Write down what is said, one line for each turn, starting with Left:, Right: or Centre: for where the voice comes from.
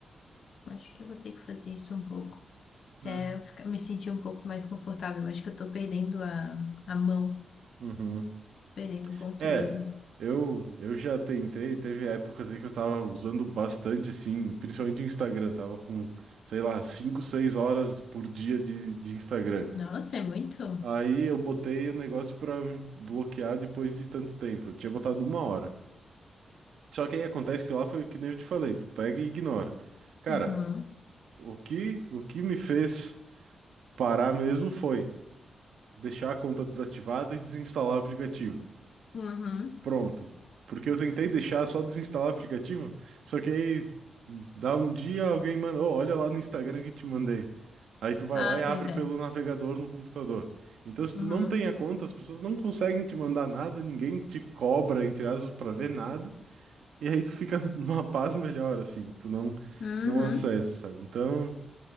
Left: Acho que eu vou ter que fazer isso um pouco. Até
Right: né?
Left: eu ficar, me sentir um pouco mais confortável. Acho que eu tô perdendo a, a mão,
Right: Uhum.
Left: perdendo o controle.
Right: É, eu, eu já tentei, teve épocas aí que eu tava usando bastante, assim, principalmente o Instagram, tava com, sei lá, 5, 6 horas por dia de, de Instagram.
Left: Nossa, é muito?
Right: Aí eu botei o negócio pra bloquear depois de tanto tempo, eu tinha botado uma hora. Só que aí acontece que lá foi o que nem eu te falei, tu pega e ignora. Cara,
Left: Uhum,
Right: o que, o que me fez parar mesmo foi deixar a conta desativada e desinstalar o aplicativo.
Left: uhum.
Right: Pronto. Porque eu tentei deixar só desinstalar o aplicativo, só que aí dá um dia alguém manda, "Ô, olha lá no Instagram que te mandei. Aí tu vai
Left: Ah,
Right: lá e abre
Left: pois
Right: pelo
Left: é.
Right: navegador no computador. Então, se
Left: Uhum,
Right: tu não tem a conta, as pessoas não conseguem te mandar nada, ninguém te cobra, entre aspas, pra ver nada, e aí tu fica <laughs> numa paz melhor, assim, tu não,
Left: uhum.
Right: não acessa, sabe? Então,